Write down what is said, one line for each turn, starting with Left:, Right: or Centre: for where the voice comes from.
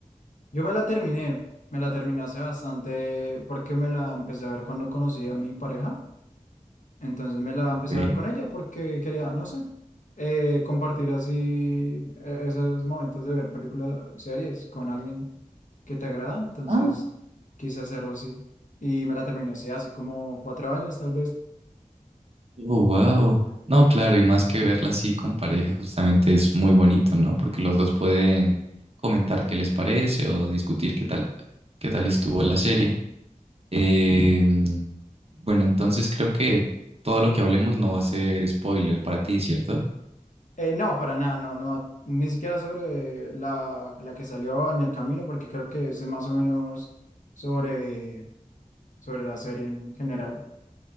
Left: yo me la terminé. Me la terminé hace bastante porque me la empecé a ver cuando conocí a mi pareja. Entonces me la empecé
Right: Ok.
Left: a ver con ella porque quería, no sé, eh, compartir así eh, esos momentos de ver películas, series con alguien que te agrada. Entonces
Right: Ah,
Left: quise hacerlo así. Y me la terminé, sí, hace como cuatro años tal vez.
Right: oh, wow. No, claro, y más que verla así con pareja, justamente es muy bonito, ¿no? Porque los dos pueden comentar qué les parece o discutir qué tal, qué tal estuvo la serie. Eh, bueno, entonces creo que todo lo que hablemos no va a ser spoiler para ti, ¿cierto?
Left: Eh, no, para nada, no, no, ni siquiera sobre la, la que salió ni el camino, porque creo que sé más o menos sobre, sobre la serie en general.